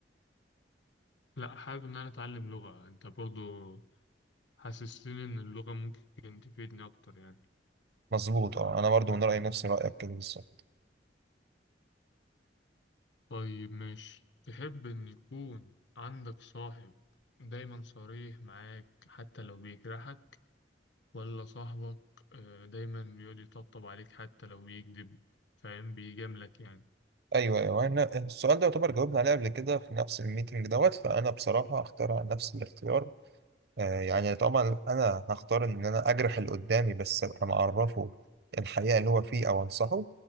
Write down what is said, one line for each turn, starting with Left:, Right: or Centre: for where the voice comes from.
Left: لا حابب إن أنا أتعلم لغة أنت برضو حسستني إن اللغة ممكن تفيدني أكتر يعني
Right: مظبوط اه انا برضو من رأيي نفس رأيك كده بالظبط
Left: طيب ماشي تحب إن يكون عندك صاحب دايما صريح معاك حتى لو بيجرحك ولا صاحبك آه، دايما بيقعد يطبطب عليك حتى لو بيكذب فاهم بيجاملك يعني
Right: ايوه ايوه أنا السؤال ده يعتبر جاوبنا عليه قبل كده في نفس الميتنج دوت فانا بصراحه هختار على نفس الاختيار آه يعني طبعا انا هختار ان انا اجرح اللي قدامي بس ابقى معرفه الحقيقه اللي هو فيه او انصحه